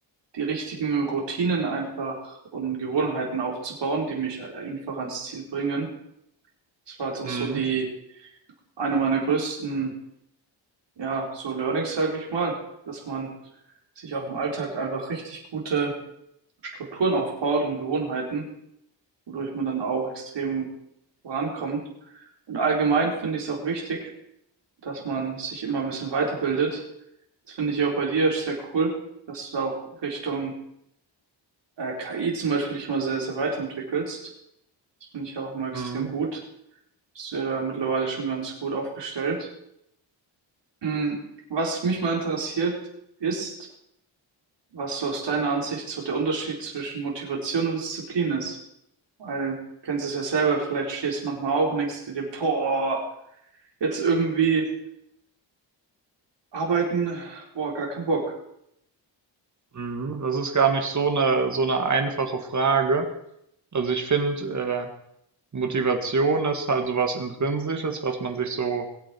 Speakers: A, on the right; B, on the right.
A: die richtigen Routinen einfach und Gewohnheiten aufzubauen, die mich einfach ans Ziel bringen. Das war jetzt auch
B: mhm,
A: so die eine meiner größten ja, so Learnings, sage ich mal, dass man sich auch im Alltag einfach richtig gute Strukturen aufbaut und Gewohnheiten, wodurch man dann auch extrem vorankommt. Und allgemein finde ich es auch wichtig, dass man sich immer ein bisschen weiterbildet. Das finde ich auch bei dir sehr cool, dass du da auch Richtung äh, KI zum Beispiel dich immer sehr, sehr weiterentwickelst. Das finde ich auch immer extrem
B: mhm,
A: gut. Bist du ja mittlerweile schon ganz gut aufgestellt. Mm, Was mich mal interessiert, ist, was so aus deiner Ansicht so der Unterschied zwischen Motivation und Disziplin ist. Weil, du kennst es ja selber, vielleicht stehst du manchmal auf und denkst du dir, boah, jetzt irgendwie arbeiten, boah, gar keinen Bock.
B: mhm. Das ist gar nicht so eine, so eine einfache Frage. Also ich finde, äh, Motivation ist halt sowas Intrinsisches, was man sich so